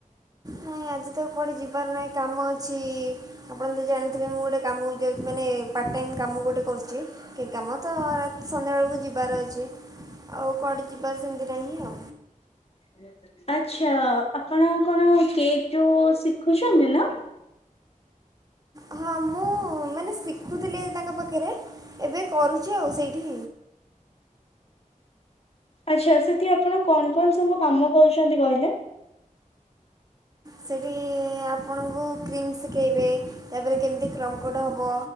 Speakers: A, on the right (about 25°); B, on the left (about 45°).
A: ନାଇଁ ଆଜି ତ କୁଆଡେ ଯିବାର ନାହିଁ କାମ ଅଛି ଆପଣ ତ ଜାଣିଥିବେ ମୁଁ ଗୋଟେ କାମକୁ ଯାଉଛି ମାନେ ପାର୍ଟାଇମ୍ କାମ ଗୋଟେ କରୁଛି। ଟିକେ କାମ ତ ରାତି ସନ୍ଧ୍ୟାବେଳକୁ ଯିବାର ଅଛି ଆଉ କୁଆଡେ ଯିବା ସେମିତି ନାହିଁ ଆଉ।
B: <inaudible> ଆଛା ଆପଣ କଣ କେକ୍ ଯୋଉ ଶିଖୁଛନ୍ତି ନା?
A: ହଁ ମୁଁ ମାନେ ଶିଖୁଥିଲି ତାଙ୍କ ପାଖରେ ଏବେ କରୁଛି ଆଉ ସେଇଠି।
B: ଆଚ୍ଛା ସେଠି ଆପଣ କଣ କଣ ସବୁ କାମ କରୁଛନ୍ତି କହିଲେ।
A: ସେଇଠି ଆପଣଙ୍କୁ କ୍ରିମ୍ ଶିଖେଇବେ କେମିତି କ୍ରଙ୍କଡ଼ ହେବ।